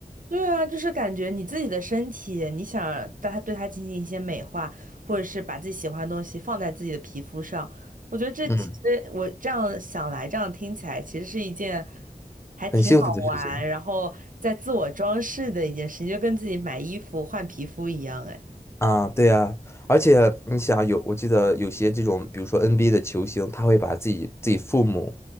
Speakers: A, on the right (about 60°); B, on the left (about 15°).
A: 对啊，就是感觉你自己的身体，你想对它对它进行一些美化，或者是把自己喜欢的东西放在自己的皮肤上，我觉得这其实我这样想来，
B: 嗯，
A: 这样听起来其实是一件还挺好玩，
B: 很幸福的事情。
A: 然后在自我装饰的一件事情，就跟自己买衣服换皮肤一样，哎。
B: 啊，对呀，而且你想有，我记得有些这种，比如说 NBA 的球星，他会把自己自己父母，